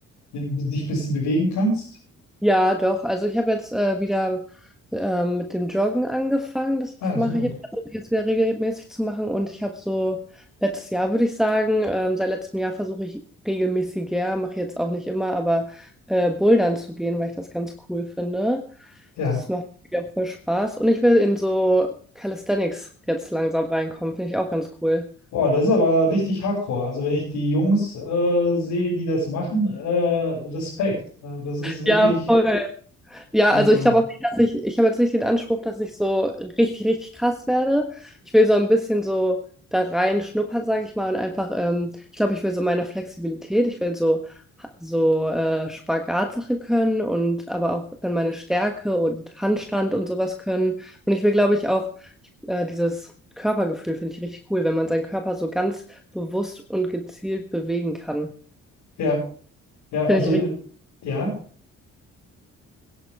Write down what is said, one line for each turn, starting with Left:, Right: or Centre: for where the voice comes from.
Left: mit- dich ein bisschen bewegen kannst?
Centre: Ja, doch. Also ich habe jetzt äh, wieder ähm, mit dem Joggen angefangen. Das
Left: Ah,
Centre: mache
Left: super.
Centre: ich jetzt, versuche ich jetzt wieder regelmäßig zu machen. Und ich habe so letztes Jahr, würde ich sagen, ähm, seit letztem Jahr versuche ich regelmäßiger, mache ich jetzt auch nicht immer, aber äh, Bouldern zu gehen, weil ich das ganz cool finde.
Left: Ja.
Centre: Das macht mir auch voll Spaß. Und ich will in so Calisthenics jetzt langsam reinkommen. Finde ich auch ganz cool.
Left: Boah, das ist aber richtig hardcore. Also wenn ich die Jungs äh, sehe, die das machen, äh, Respekt. Äh, das ist wirklich,
Centre: Ja, voll. Ja,
Left: also,
Centre: also ich glaube auch nicht, dass ich, ich habe jetzt nicht den Anspruch, dass ich so richtig, richtig krass werde. Ich will so ein bisschen so da rein schnuppern, sage ich mal, und einfach, ähm, ich glaube, ich will so meine Flexibilität, ich will so, so äh, Spagatsache können und aber auch dann meine Stärke und Handstand und sowas können. Und ich will, glaube ich, auch äh, dieses Körpergefühl finde ich richtig cool, wenn man seinen Körper so ganz bewusst und gezielt bewegen kann.
Left: ja, ja,
Centre: Finde
Left: also,
Centre: ich richtig.
Left: äh, ja,